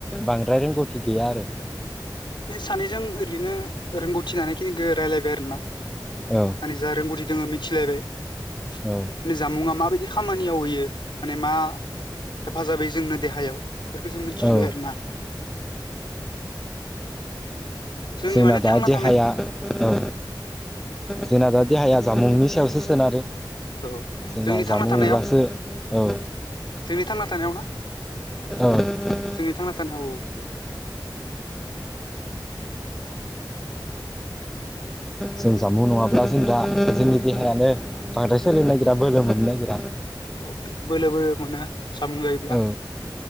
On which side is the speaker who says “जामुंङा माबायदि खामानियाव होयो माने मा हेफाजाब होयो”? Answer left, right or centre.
Left